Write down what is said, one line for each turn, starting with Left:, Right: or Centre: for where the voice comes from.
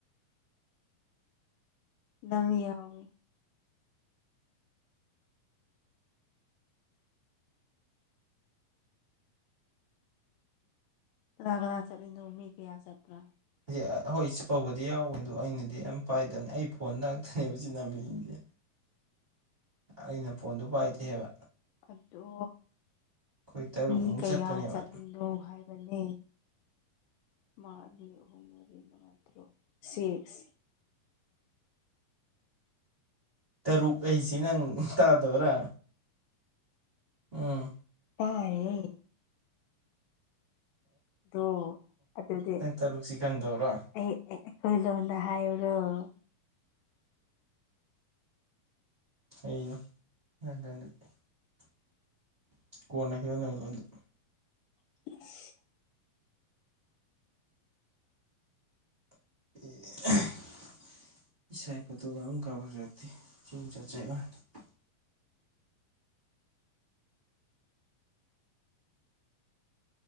Left: ꯅꯪ ꯌꯥꯎꯏ ꯀꯅꯥ ꯀꯅꯥ ꯆꯠꯂꯤꯅꯣ ꯃꯤ ꯀꯌꯥ ꯆꯠꯄ꯭ꯔꯥ
Right: ꯗꯤ ꯍꯣꯏ ꯆꯠꯄꯕꯨꯗꯤ ꯌꯥꯎꯋꯦ ꯑꯗꯨ ꯑꯩꯅꯗꯤ ꯌꯥꯝ ꯄꯥꯏꯗꯕꯅꯤ ꯑꯩ ꯐꯣꯟ ꯉꯥꯛꯇꯅꯦꯕ ꯅꯥꯝꯃꯤꯁꯦ ꯑꯩꯅ ꯐꯣꯟꯗꯣ ꯄꯥꯏꯗꯦꯕ
Left: ꯑꯗꯣ
Right: ꯑꯩꯈꯣꯏ ꯇꯔꯨꯛꯃꯨꯛ
Left: ꯃꯤ ꯀꯌꯥ
Right: ꯆꯠꯄꯅꯦꯕ
Left: ꯆꯠꯂꯤꯅꯣ ꯍꯥꯏꯕꯅꯦ ꯑꯃ ꯑꯅꯤꯑꯍꯨꯝ ꯃꯔꯤ ꯃꯉꯥ ꯇꯔꯨꯛ ꯁꯤꯛꯁ <inaudible>
Right: ꯇꯔꯨꯛ ꯑꯩꯁꯤ ꯅꯪ ꯇꯥꯗꯕ꯭ꯔꯥ ꯎꯝ
Left: ꯇꯥꯌꯦ ꯗꯣ ꯑꯗꯨꯗꯤ
Right: ꯅꯪ ꯇꯔꯨꯛꯁꯤ ꯈꯪꯗꯕ꯭ꯔꯥ
Left: ꯑꯩ <unintelligible>
Right: <inaudible> <inaudible>
Left: <inaudible>
Right: <unintelligible> <unintelligible>